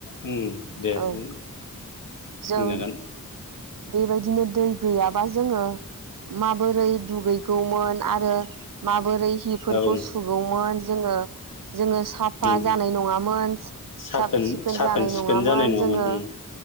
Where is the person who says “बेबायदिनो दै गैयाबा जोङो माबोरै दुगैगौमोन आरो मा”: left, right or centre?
Right